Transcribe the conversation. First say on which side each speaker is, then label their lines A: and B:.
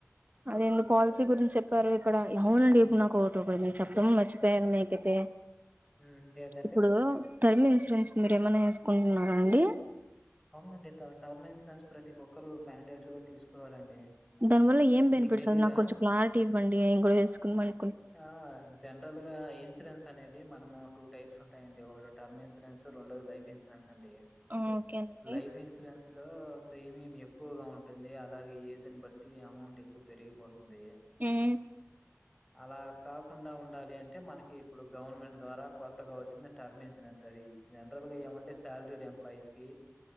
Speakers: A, on the right; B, in the centre.
A: అదేందు పాలసీ గురించి చెప్పారు ఇక్కడ అవునండి ఇప్పుడు నా కో ఒకటి ఇడ మీరు చెప్దామని మర్చిపోయాను మీకైతే
B: హ్మ్. ఏందండి?
A: ఇప్పుడు టర్మ్ ఇన్సూరెన్స్ మీరు ఏమన్నా వేసుకుంటున్నారా అండి
B: అవునండి టర్మన్స్స్ ప్రతి ఒక్కరు మ్యాండేటరీగా తీసుకోవాలండి
A: దాని వల్ల ఏం బెనిఫిట్స్
B: మీకు తెలీదా?
A: అది నాకు కొంచం క్లారిటీ ఇవ్వండి నేన్ కూడా వేసుకొని మరి
B: ఆ జనరల్గా ఇన్సూరెన్స్ అనేది మనము టూ టైప్ ఉంటాయండి ఒకటి టర్మ్ ఇన్సూరెన్స్ రెండోది లైఫ్ ఇన్సూరెన్స్ అండి
A: ఆ ఓకేనండి
B: లైఫ్ ఇన్సూరన్స్ లో ప్రీమియం ఎక్కువగా ఉంటుంది అలాగే ఏజ్ ని బట్టి అమౌంట్ ఎక్కువ పెరిగిపోతుంది
A: ఉమ్
B: అలా కాకుండా ఉండాలి అంటే మనకి ఇప్పుడు గవర్నమెంట్ ద్వారా కొత్తగా వచ్చింది టర్మ్ ఇన్సూరెన్స్ అది జనరల్ గా ఏమంటే సల్రీడ్ ఎంప్లాయీస్ కి